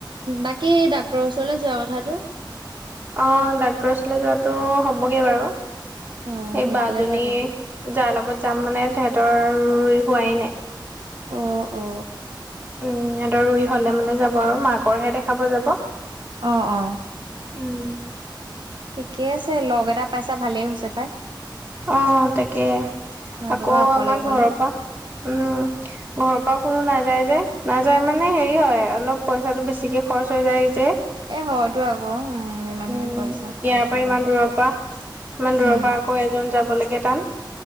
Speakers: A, on the right; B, on the right.
A: বাকী ডাক্তৰৰ ওচৰলৈ যোৱা কথাটো।
B: অ ডাক্তৰ উচলে যোৱাটো হবগে বাৰু।
A: অ
B: সেই
A: সোনকালে
B: বা জনী
A: যাবা
B: যাৰ লগত যাম মানে থেট। তৰ ৰুই হোৱাই নাই।
A: অ অ।
B: উম সিহঁতৰ ৰুই হলে মানে যাব আৰু মাকৰ হে দেখাব যাব।
A: অহ অহ
B: উম
A: ঠিকে আছে লগ এটা পাইছা ভালেই হৈছে। পাই
B: অ তাকে।
A: নতুবা
B: আকৌ
A: অকলে
B: আমাৰ
A: অকলে
B: ঘৰৰ পৰা উম ঘৰৰ পৰা কোনো নাযায় যে নাযায় মানে হেৰি হয় অলপ পইচাটো বেছিকে খৰচ হৈ যায় যে।
A: এ হয়তো আকৌ উম ইমানখিনি
B: উম
A: পইচা খৰচ
B: ইয়াৰ পৰা
A: হৈ
B: ইমান
A: যাব
B: দূৰৰ পৰা ইমান দূৰৰ
A: উম
B: পৰা আকৌ এজন জাব লাগে টান।